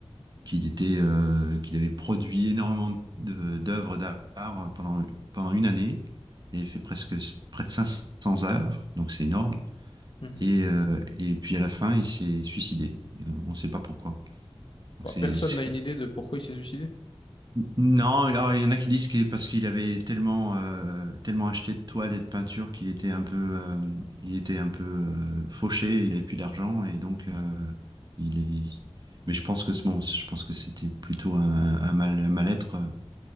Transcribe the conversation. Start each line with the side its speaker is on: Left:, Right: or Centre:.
Right: qu'il était, euh, qu'il avait produit énormément de- d'œuvres d'art pendant, pendant une année. Il avait fait presque près de cinq cents œuvres, donc c'est énorme.
Left: Mhm.
Right: Et, euh, et puis à la fin, il s'est suicidé. Et On ne sait pas pourquoi. Donc
Left: Bah,
Right: c'est,
Left: personne
Right: c'est-
Left: n'a une idée de pourquoi il s'est suicidé.
Right: Non, alors, il y en a qui disent que parce qu'il avait tellement, euh, tellement acheté de toiles et de peintures qu'il était un peu, euh, il était un peu euh, fauché, il avait plus d'argent et donc euh, il est. Mais je pense que c'est- bon, je pense que c'était plutôt un, un mal, un mal-être euh,